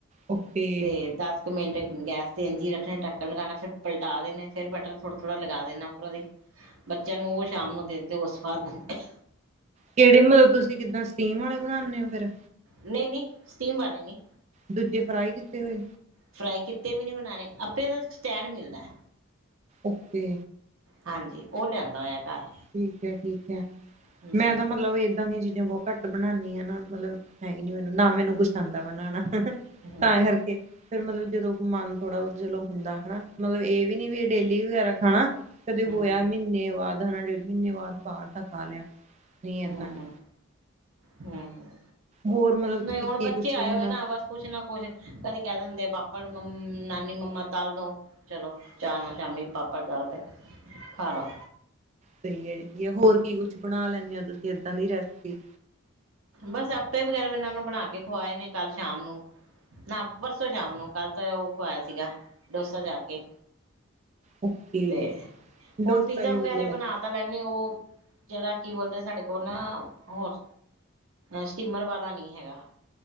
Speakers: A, on the right; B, on the right.
A: ਓਕੇ
B: ਤੇ ਦਸ। ਇੱਕ ਮਿੰਟ ਗੈਸ ਤੇ ਇੰਜੀ ਈ ਰੱਖਣੇ, ਟੱਕਣ ਲਗਾਣਾ ਫੇਰ ਪਲਟਾ ਦੇਣੇ। ਫੇਰ ਬਟਰ ਥੋੜ੍ਹਾ ਥੋ੍ੜਾ ਲਗਾ ਦੇਣਾ ਉਪਰੋਂ ਦੀ। ਬੱਚਿਆਂ ਨੂੰ ਓ ਸ਼ਾਮ ਨੂੰ ਦਿੰਦੇ ਓ ਸਵਾਦ ਬਣਦੇ।
A: ਕੇੜੇ ਮਤਲਬ ਤੁਸੀਂ ਕਿੱਦਾਂ ਸਟੀਮ ਅਲੇ ਬਣਾਣੇ ਓ ਫੇਰ।
B: ਨਈ ਨਈ ਸਟੀਮ ਵਾਲੇ ਨੀ।
A: ਦੂਜੇ ਫਰਾਈ ਕੀਤੇ ਹੋਏ।
B: ਫਰਾਈ ਕੀਤੇ ਵੀ ਨੀ ਬਨਾਣੇ ਅੱਪੇ ਦਾ ਸਟੈਂਡ ਮਿਲਦਾ।
A: ਓਕੇ।
B: ਹਾਂਜੀ ਓ ਲਿਆਂਦਾ ਹੋਇਆ ਘਰ।
A: ਠੀਕ ਐ- ਠੀਕ ਐ
B: ਹੂੰ
A: ਮੈਂ ਤਾਂ ਮਤਲਬ ਏਦਾਂ ਦੀਆਂ ਚੀਜ਼ਾਂ ਬੋ ਘੱਟ ਬਣਾਣੀ ਆ ਨਾ ਮਲਬ ਹੈਈ ਨੀ ਮੈਨੂੰ, ਨਾ ਮੈਨੂੰ ਕੁਛ ਆਂਦਾ ਬਣਾਣਾ
B: ਹੂੰ
A: ਤਾਂ ਕਰਕੇ। ਫੇਰ ਮਤਲਬ ਜਦੋਂ ਮਨ ਥੋੜਾ ਬੋਤ ਚਲੋ ਹੁੰਦਾ ਹਨਾ, ਮਲਬ ਏ ਵੀ ਨੀ ਵੀ ਡੇਲੀ ਵਗੈਰਾ ਖਾਣਾ। ਕਦੇ
B: ਹੂੰ
A: ਹੋਇਆ ਮੀਨੇ ਬਾਅਦ ਹਨਾ, ਡੇਢ ਮੀਨੇ ਬਾਦ ਬਾਰ ਦਾ ਖਾ ਲਿਆ। ਨਹੀਂ ਏਦਾਂ
B: ਹੂੰ
A: ਨੀ
B: ਹੂੰ, ਹੂੰ
A: ਹੋਰ ਮਤਲਬ ਤੁਸੀਂ
B: ਨਈ ਹੁਣ
A: ਕੀ
B: ਬੱਚੇ
A: ਕੁਛ
B: ਆਏ
A: ਬਣਾ
B: ਹੋਏ ਨਾ ਬਸ। ਕੁਛ ਨਾ ਕੁਛ ਕਦੀ ਕੈ ਦਿੰਦੇ ਪਾਪੜ ਮੰ ਨਾਨੀ ਮੰਮਾ ਤਲ ਦੋ। ਚਲੋ ਚਾਅ‌ ਨਾਲ ਸ਼ਾਮੀ ਪਾਪੜ ਤਲ ਤੇ, ਖਾ ਲੋ।
A: ਸ‌ਈ ਐ ਜੀ ਜ ਹੋਰ ਕੀ ਕੁਛ ਬਣਾ ਲੈਂਣੇ ਓ ਤੁਸੀਂ ਏਦਾਂ ਦੀ ਰੈਸਪੀ?
B: ਬਸ ਅੱਪੇ ਵਗੈਰਾ ਏਨਾਂ ਨੂੰ ਬਣਾ ਕੇ ਖਵਾਏ ਨੇ, ਕੱਲ ਸ਼ਾਮ ਨੂੰ। ਨਾ ਪਰਸੋਂ ਸ਼ਾਮ ਨੂੰ, ਕੱਲ੍ਹ ਤਾਂ ਓ ਖਵਾਇਆ ਸੀਗਾ ਡੋਸਾ ਜਾ ਕੇ।
A: ਓਕੇ
B: ਤੇ,
A: ਡੋਸਾ
B: ਹੁਣ ਪੀਜ਼ਾ
A: ਵੀ
B: ਵਗੈਰਾ
A: ਵਧੀਆ ਲੱਗਦਾ
B: ਬਣਾ ਪਤਾ ਲੈਂਦੇ ਓ ਜੇੜਾ ਕੀ ਬੋਲਦੇ ਸਾਡੇ ਕੋਲ ਨਾ ਹੋਰ ਸਟੀਮਰ ਵਾਲਾ ਨੀ ਹੈਗਾ,